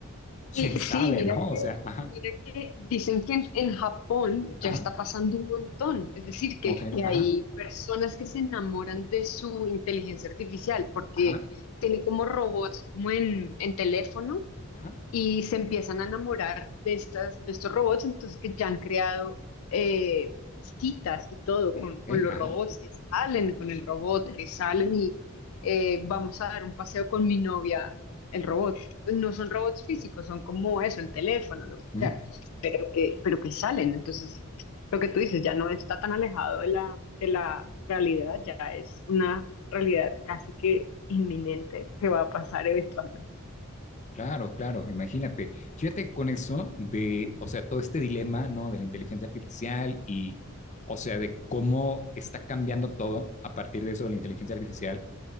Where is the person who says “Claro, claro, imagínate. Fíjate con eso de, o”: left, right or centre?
Left